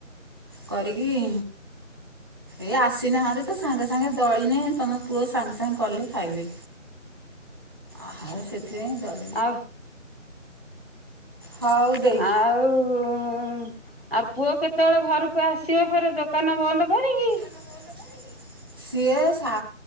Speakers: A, on the right; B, on the left.
A: କରିକି ଏ ଆସିନାହାନ୍ତି ତ ସାଙ୍ଗେ ସାଙ୍ଗେ ଦଳିନେ ତମ ପୁଅ ସାଙ୍ଗେ ସାଙ୍ଗେ କଲେ ଖାଇବେ। ଆ ସେଥିପାଇଁଁ ଦଳ।
B: ଆଉ
A: ହଉ
B: ଆଉ
A: ଦେଇ
B: ଆଉ ପୁଅ କେତେବେଳେ ଘରକୁ ଆସିବ ପରେ ଦୋକାନ ବନ୍ଦ କରିକି?
A: କହ ସିଏ ସା